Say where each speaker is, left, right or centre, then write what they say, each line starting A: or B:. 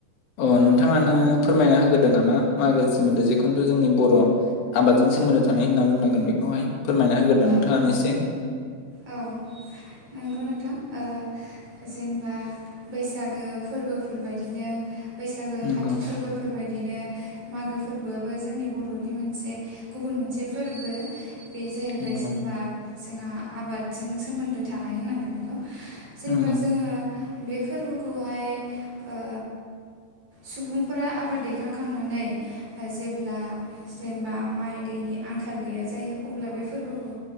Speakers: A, on the left; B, on the right.
A: अ नोंथाङानो फोरमायना होग्रोदो नामा मागो सोमोन्दै जिखुनु जोंनि बर' आबादजों सोमोनदो थानाय होनना बुंनांगोन बेखौहाय फोरमायना होग्रोददों
B: औ
A: नोंथाङानो एसे
B: औ नंगौ नोंथां ओ जेनेबा बैसागो फोरबोफोरबायदिनो बैसागो
A: नंगौ
B: खाथि फोरबो फोरबायदिनो मागो फोरबोआबो जोंनि बर'नि मोनसे गुबुन मोनसे फोरबो बे जाहैबाय
A: नंगौ
B: जेनेबा जोंहा आबादजों सोमोन्दो थानाय होननांगोन बेखौ जेनेबा
A: नंगौ
B: जोङो बे फोरबोखौहाय ओ सुबुंफोरा आबाद दैखांखांनानै जेब्ला जेनेबा माइ दैनि आंखाल गैया जायो अब्ला बे फोरबोखौ